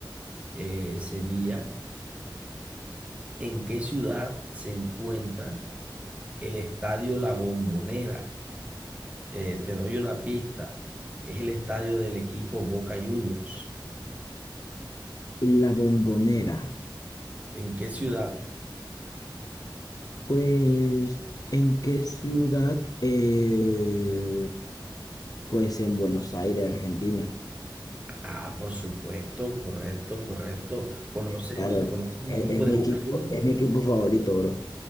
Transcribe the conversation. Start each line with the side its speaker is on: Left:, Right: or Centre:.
Right: eh, sería, ¿en qué ciudad se encuentra el Estadio La Bombonera? Eh, te doy una pista. Es el estadio del equipo Boca Juniors.
Left: La Bombonera.
Right: ¿En qué ciudad?
Left: Pues, ¿en qué ciudad? Eh, pues en Buenos Aires, Argentina.
Right: Ah, por supuesto, correcto, correcto. ¿Conoces,
Left: Claro,
Right: conoces
Left: es,
Right: el equipo
Left: es mi
Right: de Boca
Left: equipo,
Right: Juniors?
Left: es mi equipo favorito, bro.